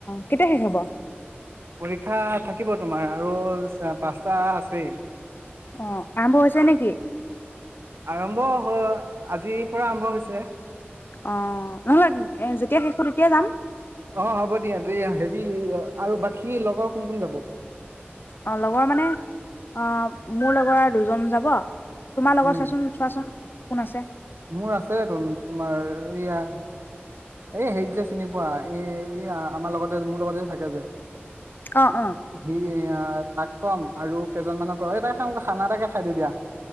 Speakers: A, on the left; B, on the right.
A: কেতিয়া শেষ হব,
B: পৰীক্ষা থাকিব তোমাৰ আৰু পাঁচটা আছেই
A: অ আৰম্ভ হৈছে নেকি?
B: আৰম্ভ হ আজিৰ পৰা আৰম্ভ হৈছে।
A: অ নহ'লে এ যেতিয়া শেষো তেতিয়াাই যাম।
B: অ হ'ব দিয়া এই হেৰি আৰু বাকী লগৰ কোন কোন যাব
A: অ লগৰ মানে অ মোৰ লগৰ আৰু দুজন যাব তোমাৰ লগত
B: উম
A: চোৱাচোন চোৱাচোন কোন আছে?
B: মোৰ আছে, তুন-তোমাৰ এয়া এ, হেইক যে চিনি পোৱা, এ, আমাৰ লগতে মোৰ লগতে যে থাকে যে
A: অ অ
B: <unintelligible> তাক ক'ম আৰু কেইজনমানক <unintelligible> খানা এটাকে খাই দিও দিয়া।